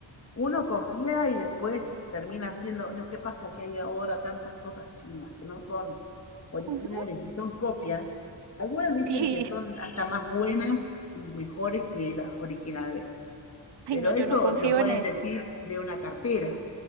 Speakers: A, on the left; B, on the right.
A: Uno confía y después termina haciendo. Lo que pasa que hay ahora tantas cosas chinas que no son originales
B: Ujú.
A: y son copias. Algunas dicen
B: Y,
A: que son hasta más buenas y mejores que las originales.
B: ay,
A: Pero
B: no, yo
A: eso
B: no confío
A: lo pueden
B: en eso.
A: decir de una cartera.